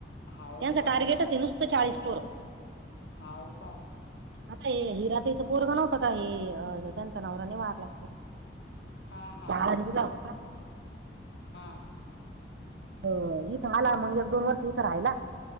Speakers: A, on the left; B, on the right.
A: हाव
B: त्याच
A: का
B: टारगेट
A: पा
B: हे नुसतं चाळीस पोर.
A: हाव का?
B: आता हे, हिराताईच पोरग नव्हतं का, हे त्यांचा नवरा नाही वारला खरं.
A: हा हा
B: चहा अन दिला होत का?
A: हा
B: हो इथं आला मग एक -दोन वर्ष इथं राहिला,